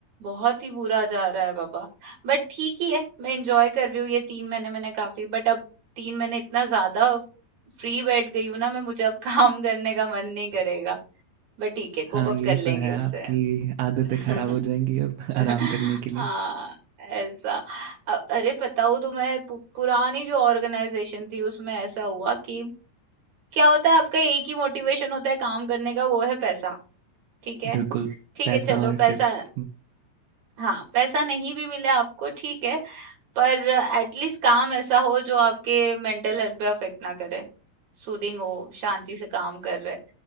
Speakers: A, on the right; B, on the right.
A: बहुत ही बुरा जा रहा है बाबा बट ठीक ही है मैं एंजॉय कर रही हूँ ये तीन महीने मैंने काफी बट अब तीन महीने इतना ज्यादा फ्री बैठ गई हूँ ना मैं मुझे अब <laughs> काम करने का मन नहीं करेगा बट ठीक है
B: हाँ
A: कोप अप
B: ये
A: कर
B: तो
A: लेंगे
B: है
A: उससे
B: आपकी आदतें
A: <laughs>
B: खराब हो जाएंगी अब <laughs> आराम
A: हाँ
B: करने के लिए
A: ऐसा अ- अरे बताऊँ तो मैं पु, पुरानी जो ऑर्गेनाइजेशन थी उसमें ऐसा हुआ कि क्या होता है आपका एक ही मोटिवेशन होता है काम करने का वो है पैसा ठीक है
B: बिल्कुल
A: ठीक
B: पैसा
A: है चलो
B: और
A: पैसा
B: ट्रिप्स
A: हाँ पैसा नहीं भी मिले आपको ठीक है पर एटलीस्ट काम ऐसा हो जो आपके मेंटल हेल्थ पे अफेक्ट ना करे सूदिंग हो शांति से काम कर रहे